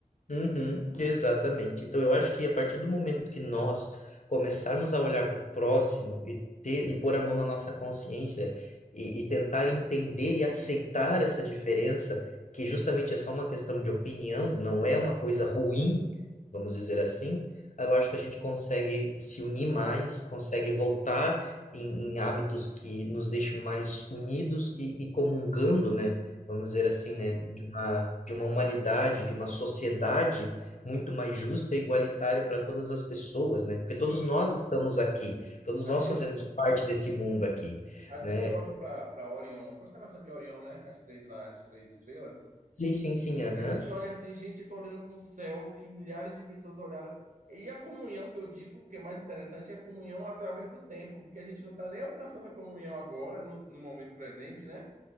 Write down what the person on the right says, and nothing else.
Sim.
E, e-
e,
às
vezes,
às
vezes eu olho para para Orion, a constelação de Orion, né? As três lá, as três estrelas.
E a gente olha assim, gente, estou olhando para um céu que milhares de pessoas olharam. E a comunhão que eu digo, que é mais interessante, é a comunhão através do tempo, porque a gente não está nem alcançando a comunhão agora, no, no momento presente, né?